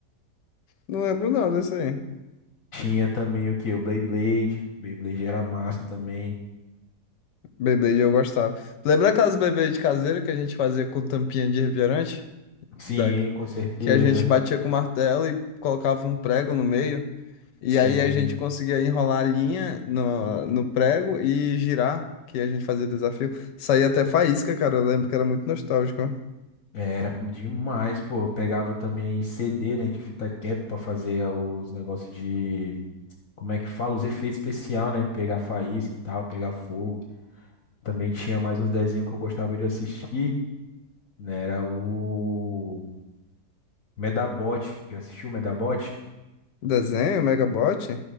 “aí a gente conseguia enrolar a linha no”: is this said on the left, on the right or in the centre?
Left